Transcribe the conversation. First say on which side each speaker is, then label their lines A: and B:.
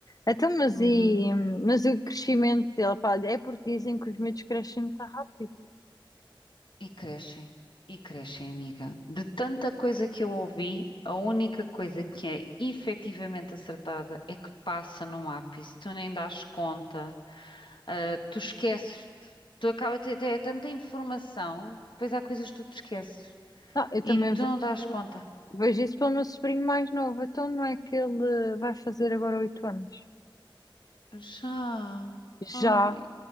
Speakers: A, on the left (about 45°); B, on the left (about 65°).
A: Então, mas,
B: Uhum.
A: e, mas o crescimento dele, pá, é porque dizem que os miúdos crescem muito rápido.
B: E crescem, e crescem, amiga. De tanta coisa que eu ouvi, a única coisa que é efetivamente acertada é que passa num ápice, tu nem dás conta, ah, tu esqueces, tu acaba de ter é tanta informação, depois há coisas que tu te esqueces
A: Não, eu também
B: e tu
A: vejo,
B: não dás conta.
A: vejo isso pelo meu sobrinho mais novo, então não é que ele vai fazer agora oito anos.
B: Já. Ai,
A: Já.